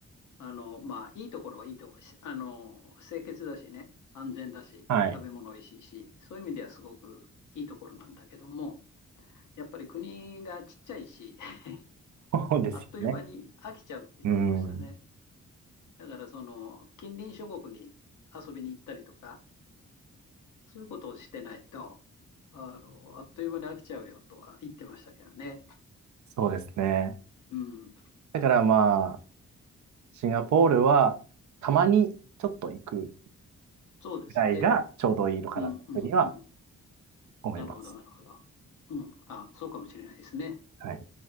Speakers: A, on the left; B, on the right.
A: あの、まあ、いいところはいいところ、しあの、清潔だしね、安全だし、
B: はい。
A: 食べ物おいしいし、そういう意味ではすごくいいところなんだけども、やっぱり国がちっちゃいし、<laughs>
B: そうですよね。
A: あっという間に飽きちゃうって言ってましたね。
B: うん。
A: だから、その、近隣諸国に遊びに行ったりとか、そういうことをしてないと、あの、あっという間に飽きちゃうよとは言ってましたけどね。
B: そうですね。
A: うん、
B: だからまあ、シンガポールはたまにちょっと行く
A: そうですね。
B: ぐらいがちょうどいいのかなというふうには
A: うん、うん、うん。
B: 思います。
A: なるほど、なるほど。うん、あ、そうかもしれないですね。
B: はい。